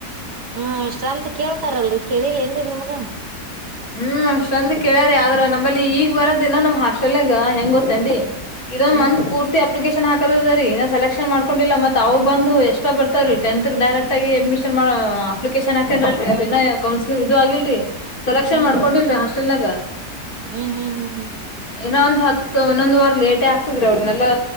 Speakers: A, on the right (about 85°); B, on the left (about 65°).
A: ಹ್ಮ ಸ್ಟ್ರೆಂತ್ ಕೇಳ್ತಾರಲ್ರರಿ ಕೇಳಿಲ್ಲ ನ್ರಿ ನಿಮ್ಗ
B: ಹ್ಮ್ ಸ್ಟ್ರೆಂತ್ ಕೇಳ್ಯಾರಿ ಆದ್ರ ನಂಬಲ್ಲಿ ಈಗ್ ಬರೋ ದಿನ ನಮ್ ಹಾಸ್ಟೆಲ್ ಹೆಂಗ ಗೊತ್ತೇನ್ರಿ ಇದೊಂದು
A: ಹ್ಮ್
B: ಮಂತ್ ಪೂರ್ತಿ ಅಪ್ಲಿಕೇಶನ್ ಹಾಕದ ಅದರಿ ಸೆಲೆಕ್ಷನ್ ಮಾಡ್ಕೊಂಡಿಲ್ಲ ಮತ್ ಬಂದು ಎಷ್ಟ ಬರ್ತಾವ್ರೀ ಟೇನ್ತ ಕೈ ಡೈರೆಕ್ಟ್ ಆಗಿ ಅಡ್ಮಿಷನ್ ಮಾಡ ಅಪ್ಲಿಕೇಶನ್ ಹಾಕಾರಲರೀಅನ್ ಇನ ಕೌನ್ಸ್ ಲಿಂಗ್ ಇದು ಆಗಿಲ್ರರಿ ಸೆಲೆಕ್ಷನ್
A: ಹ್ಮ್
B: ಮಾಡ್ಕೊಂಡಿಲ್ರರಿ
A: ಹ್ಮ್
B: ಹಾಸ್ಟೆಲ್ನಾಗ
A: ಹ್ಮ್ ಹ್ಮ್ ಹ್ಮ್ ಹ್ಮ್
B: ಏನ ಒಂದ್ ಹತ್ತು ಇನ್ನೊಂದ್ ವಾರ ಲೇಟೇ ಆಗ್ತದ್ರಿ ಅವ್ರನೆೆಲ್ಲಾ